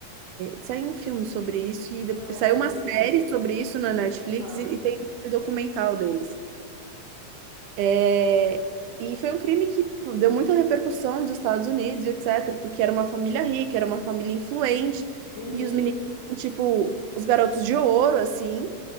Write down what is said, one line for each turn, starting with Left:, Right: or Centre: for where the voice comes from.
Right: Saiu um filme sobre isso e
Left: Não,
Right: depois, saiu
Left: vi.
Right: uma série sobre isso na Netflix
Left: Aham.
Right: e, e tem um documental deles. É, e foi um crime que pô, deu muita repercussão nos Estados Unidos e etc, porque era uma família rica, era uma família influente
Left: Uhum.
Right: e os meninos eram, tipo os garotos de ouro assim